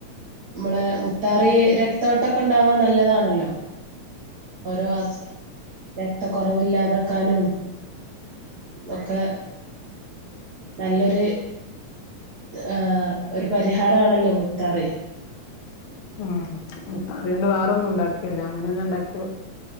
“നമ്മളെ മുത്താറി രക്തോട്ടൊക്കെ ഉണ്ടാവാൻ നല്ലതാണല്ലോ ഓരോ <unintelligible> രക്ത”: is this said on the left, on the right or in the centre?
Right